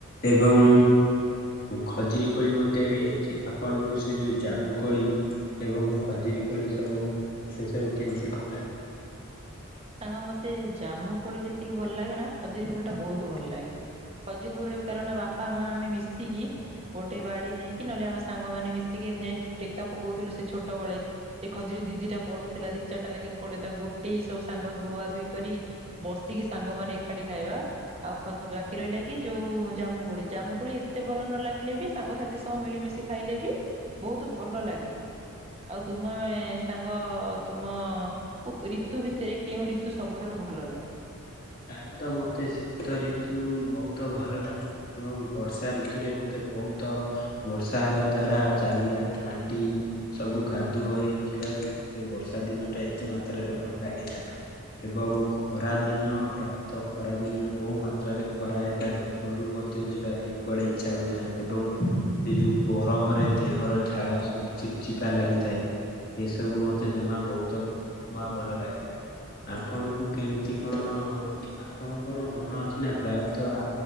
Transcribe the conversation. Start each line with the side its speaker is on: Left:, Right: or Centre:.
Left: ଏବଂ ଖଜୁରି କୋଳି ମଧ୍ୟ ବି ହେଇଛି। ଆପଣଙ୍କୁ ସେ ଯେଉଁ ଜାମୁକୋଳି ଏବଂ ଖଜିରୀ କୋଳି ସବୁ ସେ ସବୁ କେମିତି କଣ ଲାଗେ?
Right: ସାଙ୍ଗ ମତେ ଜାମୁ କୋଳି ଯେତିକି ଭଲ ଲାଗେ ନା, ଖଜୁରୀ କୋଳି ଟା ବହୁତ ଭଲ ଲାଗେ। ଖଜ ଜି କୋଳି କାରଣ ବାପା ମା ଆମେ ମିଶିକି ଗୋଟେ ବାଡି ନେଇକି ନହେଲେ ଆମ ସାଙ୍ଗମାନେ ମିଶିକି ଏନ୍ତି ଯାଇ ଟେକା ପକଉଥିଲୁ ସେ ଛୋଟ ବେଳେ ସେ ଖଜୁରୀ ଦି ଦିଟା ପଡୁଥିଲା। ଦିଚାରଟା ଲେଖେ ଏମିତି ପଡିବ। ତାକୁ ଗୋଟେଇ ସବୁ ସାଙ୍ଗ ଧୁଆ ଧୋଇ କରି, ବସିକି ସାଙ୍ଗମାନେ ଏଖାଟି ଖାଇବା। ଆଉ ଖଦ ବାକି ରହିଲେ କି ଯୋଉ ଜାମୁ କୋଳି। ଜାମୁ କୋଳି ଏତେ ଭଲ ନ ଲାଗିଲେ ବି ସାଙ୍ଗସାତ ତି ସହ ମିଳିମିଶି ଖାଇଲେ ବି ବହୁତ ଭଲ ଲାଗେ। ଆଉ ତୁମେ ସାଙ୍ଗ ତୁମ ଓପ ରିତୁ ଫି ତିରେ କେଉଁ ରିତୁ ସବୁଠାରୁ ଭଲ ଲାଗେ?
Left: ଆଁ ତ ମତେ ଶୀତ ରିତୁ ବହୁତ ଭଲ ଲାଗେ। ଏବଂ ବର୍ଷା ରିତୁରେ ମତେ ବହୁତ୍ ବର୍ଷା ହେବା ଦ୍ଵାରା ଚାରିଆଡେ ମାଟି ସବୁ କାଦୁଅ ହେଇଯିବାରୁ ଏ ବର୍ଷା ଦିନ ଟା ଏତେ ମାତ୍ରାରେ ଭଲ ଲାଗେ ନା। ଏଵଂ ଖରା ଦିନ ପ୍ରାଏତଃ ଖରା ଦିନରୁ ବହୁ ମାତ୍ରାରେ ଖରା ହେବାରୁ ଘରୁ ମଧ୍ୟ ଯିବା ପାଇଁ କୁଆଡେ ଇଚ୍ଛା ହୁଏ ନା। ଏବଂ ସେ ଯୋଉ ଗରମରେ ଦେହର ଝାଳରେ ସବୁ ଚିପଚିପା ଲାଗିଥାଏ। ଏସବୁ ମତେ ଜମା ବହୁତ ଜମା ଭଲ ଲାଗେ ନା। ଆପଣଙ୍କୁ କେମିତି କଣ ଆପଣଙ୍କର ମନ ଅଛି ନା ପ୍ରାୟତଃ ଆ